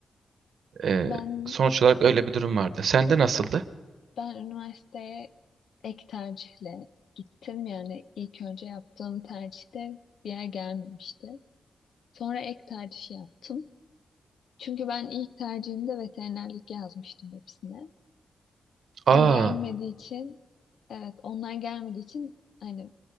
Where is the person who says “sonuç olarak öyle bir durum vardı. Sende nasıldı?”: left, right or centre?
Right